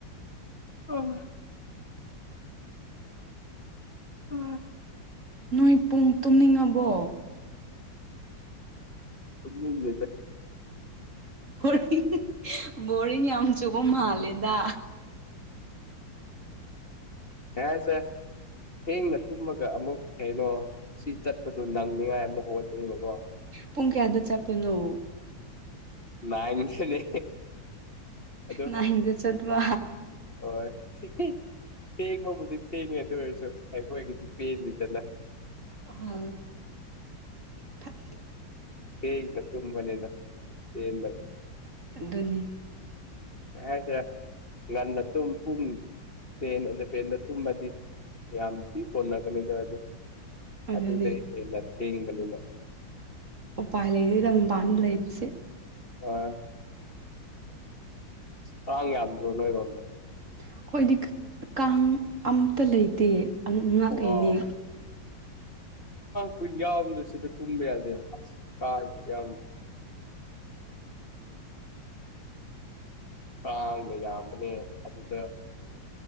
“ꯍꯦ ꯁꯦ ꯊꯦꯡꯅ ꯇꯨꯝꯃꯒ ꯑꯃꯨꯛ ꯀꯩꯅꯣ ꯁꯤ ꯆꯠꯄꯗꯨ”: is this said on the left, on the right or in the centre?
Left